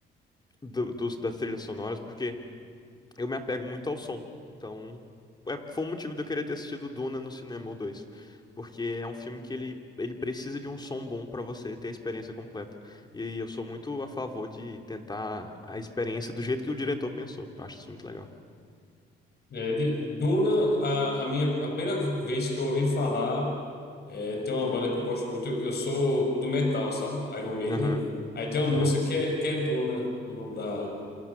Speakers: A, on the left; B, on the left.
A: do- dos, das trilhas sonoras, porque eu me apego muito ao som. Então, é, foi o motivo de eu querer ter assistido Duna no cinema, o 2. Porque é um filme que ele, ele precisa de um som bom pra você ter a experiência completa. E eu sou muito a favor de tentar a experiência do jeito que o diretor pensou. Eu acho isso muito legal.
B: É, de, Duna, a, a minha a primeira vez que eu ouvi falar, é, tem uma banda que eu gosto muito. Eu, eu sou do metal, sabe? Iron Maiden.
A: Aham,
B: Aí tem uma música
A: aham,
B: que é, que é Duna, o nome da,